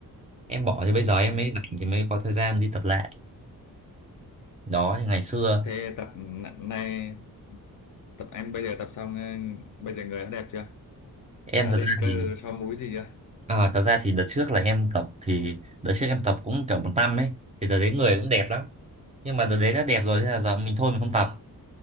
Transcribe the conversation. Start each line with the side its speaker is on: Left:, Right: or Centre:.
Right: Em bỏ thì bây giờ em
Left: à,
Right: mới rảnh thì mới có thời gian đi tập lại. Đó thì ngày xưa
Left: thế tập n- này tập em bây giờ tập xong ờ, bây giờ người đã đẹp chưa
Right: em
Left: đã
Right: thật
Left: lên
Right: ra
Left: cơ
Right: thì
Left: so múi gì chưa
Right: à, thật ra thì đợt trước là em tập thì đợt trước em tập cũng kiểu một năm ấy thì đợt đấy người cũng đẹp lắm. Nhưng mà đợt đấy đã đẹp rồi thế là giờ mình thôi mình không tập.